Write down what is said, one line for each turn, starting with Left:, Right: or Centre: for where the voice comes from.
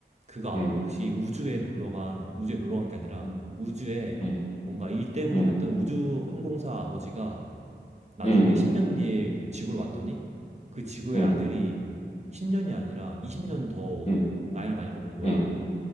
Right: 그거
Left: 음,
Right: 알아? 혹시 우주에 놀러 간, 우주에 놀러 간 게 아니라
Left: 음,
Right: 우주에
Left: 음,
Right: 뭔가 일 때문에
Left: 음,
Right: 갔던 우주 항공사 아버지가 나중에
Left: 음,
Right: 10년 뒤에 지구로 왔더니 그 지구의
Left: 음, 음,
Right: 아들이 10년이 아니라 20년 더
Left: 음,
Right: 나이를 많이 먹은 거야.
Left: 음,